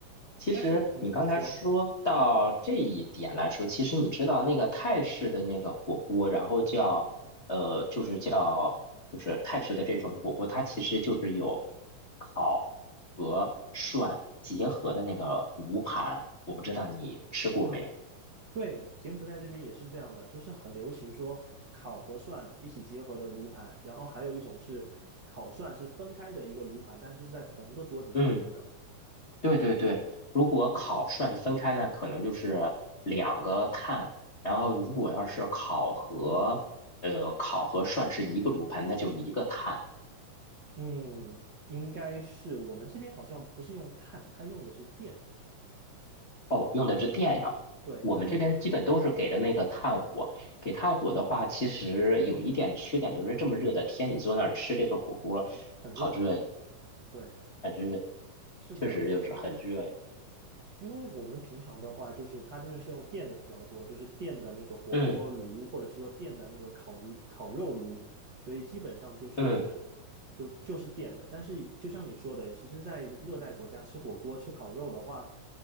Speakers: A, on the left (about 55°); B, on the right (about 55°).
A: 其实你刚才说到这一点来说，
B: 但是嗯，你说。
A: 其实你知道那个泰式的那个火锅，然后叫呃，就是叫就是泰式的这种火锅，它其实就是有烤和涮结合的那个炉盘，我不知道你吃过没有？
B: 对，柬埔寨这边也是这样的，就是很流行说烤和涮一起结合的炉盘，然后还有一种是烤涮是分开的一个炉盘，但是是在同个桌子上面的。
A: 嗯，对对对，如果烤涮分开呢，可能就是两个碳，然后如果要是烤和呃烤和涮是一个炉盘，那就一个碳。
B: 嗯，应该是我们这边好像不是用炭，它用的是电，
A: 哦，用的是电呀。
B: 对，
A: 我们这边基本都是给的那个炭火。
B: 它用的是电，
A: 给炭火的话，其实有一点缺点，就是这么热的天，你坐那儿吃这个火锅，
B: 很热，
A: 好热呀，
B: 对，
A: 很热呀，
B: 是这样子的。
A: 确实就是很热呀。
B: 因为我们平常的话，就是它这边是用电的比较多，就是电的那个火锅炉，
A: 嗯
B: 或者是说电的那个烤烤肉炉，所以基本上就是就就是电的。
A: 嗯，
B: 但是就像你说的，其实，在热带国家吃火锅、吃烤肉的话，